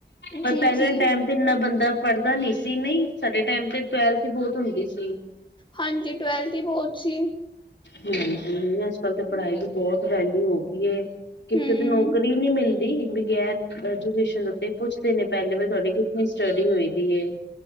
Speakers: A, on the left; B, on the left.
A: ਪਰ
B: ਜੀ
A: ਪਹਿਲੇ
B: ਜੀ
A: ਟਾਈਮ ਇੰਨਾ ਬੰਦਾ ਪੜ੍ਹਦਾ ਨੀ ਸੀ, ਨਹੀਂ ਸਾਡੇ ਟਾਈਮ ਤੇ ਟਵੈਲਥ ਹੀ ਬਹੁਤ ਹੁੰਦੀ ਸੀ।
B: ਹਾਂਜੀ, ਟਵੈਲਥ ਦੀ ਬਹੁਤ ਸੀ।
A: ਹਾਂਜੀ, ਅੱਜ-ਕੱਲ ਤੇ ਪੜ੍ਹਾਈ ਦੀ ਬਹੁਤ ਵੈਲਿਊ ਹੋ ਗਈਏ। ਕਿੱਥੇ
B: ਹੂੰ
A: ਤੇ ਨੌਕਰੀ ਨਹੀਂ ਮਿਲ- ਨਹੀ, ਬਗੈਰ ਅਜੂਕੇਸ਼ਨ ਉੱਤੇ ਪੁੱਛਦੇ ਨੇ ਪਹਿਲੇ ਤੁਹਾਡੀ ਕਿਤਨੀ ਸਟੱਡੀ ਹੋਈ ਵੀ ਏ?